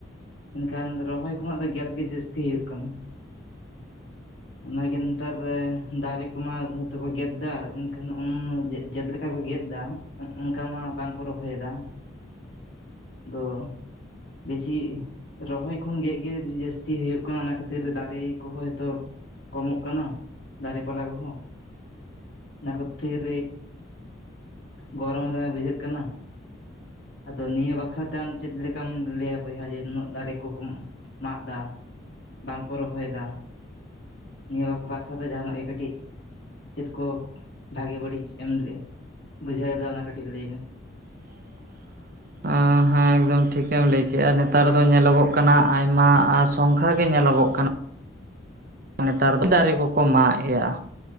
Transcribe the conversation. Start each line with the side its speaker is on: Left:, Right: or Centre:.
Left: ᱢᱮᱱᱠᱷᱟᱱ ᱨᱚᱦᱚᱭ ᱠᱷᱚᱱᱟᱜ ᱫᱚ ᱜᱮᱫ ᱜᱮ ᱡᱟᱹᱥᱛᱤ ᱦᱩᱭᱩᱜ ᱠᱟᱱᱟ ᱚᱱᱟᱜᱮ ᱱᱮᱛᱟᱨ ᱫᱟᱨᱮ ᱠᱚᱢᱟ ᱡᱚᱛᱚ ᱠᱚ ᱜᱮᱫ ᱮᱫᱟ ᱮᱱᱠᱷᱟᱱ ᱪᱮᱫᱮᱠᱟ ᱜᱮᱫ ᱮᱫᱟ ᱚᱱᱠᱟ ᱢᱟ ᱵᱟᱝᱠᱩ ᱨᱚᱦᱚᱭᱮᱫᱟ
Right: <unintelligible>
Left: ᱫᱚ ᱵᱮᱥᱤ ᱨᱚᱦᱚᱭ ᱠᱷᱚᱱ ᱜᱮᱫ ᱜᱮ ᱡᱟᱹᱥᱛᱤ ᱦᱩᱭᱩᱜ ᱠᱟᱱᱟ ᱚᱱᱟ ᱠᱷᱟᱹᱛᱤᱨ ᱫᱟᱨᱮ ᱠᱚᱦᱚᱸ ᱡᱚᱛᱚ ᱠᱚᱢᱚᱜ ᱠᱟᱱᱟ ᱫᱟᱨᱮ ᱯᱟᱞᱦᱟ ᱠᱚᱦᱚᱸ ᱚᱱᱟ ᱠᱚ ᱠᱷᱟᱛᱤᱨ ᱜᱚᱨᱚᱢ ᱫᱚᱢᱮ ᱵᱩᱡᱷᱟᱹᱜ ᱠᱟᱱᱟ ᱟᱫᱚ ᱱᱤᱭᱟᱹ ᱵᱟᱠᱷᱨᱟᱛᱮ ᱟᱢ ᱪᱮᱫ ᱞᱮᱠᱟᱢ ᱞᱟᱹᱭᱟ ᱵᱚᱭᱦᱟ ᱮ ᱱᱩᱱᱟᱹᱜ ᱫᱟᱨᱮ ᱠᱚᱠᱚ ᱢᱟᱜ ᱫᱟ ᱵᱟᱝᱠᱚ ᱨᱚᱦᱚᱭᱮᱫᱟ ᱱᱤᱭᱟᱹ ᱵᱟᱠᱷᱨᱟᱛᱮ ᱡᱟᱦᱟᱱᱟᱜ ᱜᱮ ᱠᱟᱹᱴᱤᱡ ᱪᱮᱫ ᱠᱚ ᱵᱷᱟᱜᱮ ᱵᱟᱹᱲᱤᱡ ᱮᱢ ᱞᱮᱫ ᱵᱩᱡᱷᱟᱹᱣᱮᱫᱟ ᱚᱱᱟ ᱠᱟᱹᱴᱤᱡ ᱞᱟᱹᱭ ᱢᱮ
Right: <unintelligible> ᱦᱮᱸ ᱮᱠᱫᱚᱢ ᱴᱷᱤᱠᱮᱢ ᱞᱟᱹᱭ ᱠᱮᱫ-ᱟ ᱱᱮᱛᱟᱨ ᱫᱚ ᱧᱮᱞᱚᱜ ᱚᱜ ᱠᱟᱱᱟ ᱟᱭᱢᱟ ᱥᱚᱝᱠᱷᱟ ᱜᱮ ᱧᱮᱞᱚᱜᱚᱜ ᱠᱟᱱᱟ ᱱᱮᱛᱟᱨ ᱫᱚ ᱫᱟᱨᱮ ᱠᱚᱠᱚ ᱢᱟᱜ ᱮ-ᱟ